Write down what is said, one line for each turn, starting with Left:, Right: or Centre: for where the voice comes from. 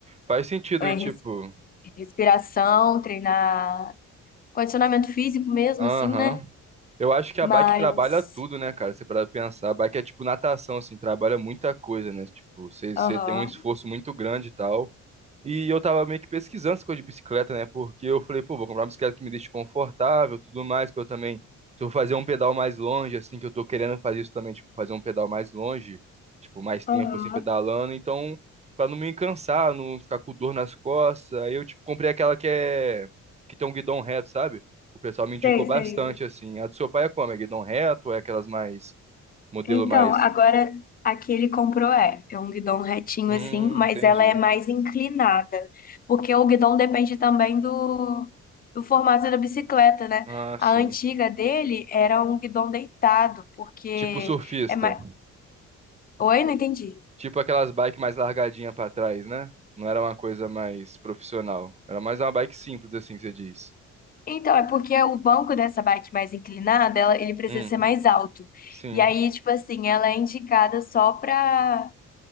Right: Faz sentido,
Left: é,
Right: e tipo,
Left: res- respiração, treinar condicionamento físico mesmo,
Right: aham.
Left: assim, né?
Right: Eu acho que a
Left: Mas,
Right: bike trabalha tudo, né, cara? Você para pensar, a bike é tipo natação, assim, trabalha muita coisa, né? Tipo, você você
Left: aham.
Right: tem um esforço muito grande e tal. E eu tava meio que pesquisando essa coisa de bicicleta, né? Porque eu falei, pô, vou comprar uma bicicleta que me deixe confortável, tudo mais, pra eu também, se eu vou fazer um pedal mais longe, assim, que eu tô querendo fazer isso também, tipo, fazer um pedal mais longe, tipo, mais tempo,
Left: Aham,
Right: assim, pedalando, então, pra não me cansar, não ficar com dor nas costas, aí eu, tipo, comprei aquela que é, que tem um guidão reto, sabe? O pessoal me indicou
Left: sei,
Right: bastante,
Left: sei.
Right: assim. A do seu pai é como? É guidão reto ou é aquelas mais, modelo
Left: Então,
Right: mais...
Left: agora a que ele comprou é, é um guidão retinho
Right: Hum,
Left: assim, mas
Right: entendi.
Left: ela é mais inclinada, porque o guidão depende também do, do formato da bicicleta, né?
Right: Ah, sim.
Left: A antiga dele era um guidão deitado, porque
Right: Tipo surfista.
Left: é mais... Oi, não entendi.
Right: Tipo aquelas bikes mais largadinha pra trás, né? Não era uma coisa mais profissional. Era mais uma bike simples, assim, que você diz.
Left: Então, é porque o banco dessa bike mais inclinada, ela, ele precisa
Right: Hum,
Left: ser mais alto.
Right: sim.
Left: E aí, tipo assim, ela é indicada só para